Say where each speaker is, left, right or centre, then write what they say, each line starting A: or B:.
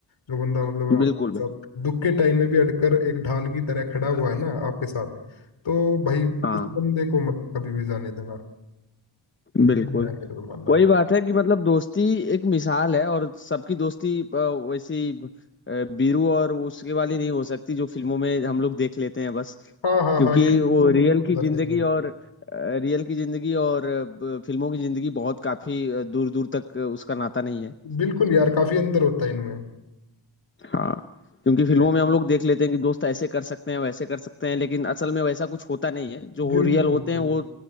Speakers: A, on the left; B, on the left.
A: जो बंदा मतलब
B: बिल्कुल
A: आपके
B: बिल्कुल।
A: साथ दुख के टाइम में भी अड़कर एक ढाल की तरह खड़ा हुआ है ना आपके साथ तो भाई
B: हाँ
A: उस बंदे को मत कभी भी जाने देना ये
B: बिल्कुल
A: है मेरा तो मानना
B: वही बात है कि मतलब दोस्ती एक मिसाल है और सबकी दोस्ती अ, वैसी अ, बीरू और उसके वाली नहीं हो सकती जो फिल्मों में हम लोग देख लेते हैं बस
A: हाँ हाँ
B: क्योंकि
A: हाँ ये फिल्म
B: वो
A: में मेरे
B: रियल
A: मतलब
B: की
A: सही
B: जिंदगी
A: लगा।
B: और अ, रियल की जिंदगी और अ, ब- फिल्मों की जिंदगी बहुत काफी दूर दूर तक अ, उसका नाता नहीं है
A: बिल्कुल यार काफी अंतर होता है इनमें
B: हाँ क्योंकि फिल्मों
A: ये-
B: में हम लोग देख लेते हैं कि दोस्त ऐसे कर सकते हैं वैसे कर सकते हैं लेकिन असल में वैसा कुछ होता नहीं है जो हो
A: बिल्कुल
B: रियल होते
A: बिल्कुल
B: हैं वो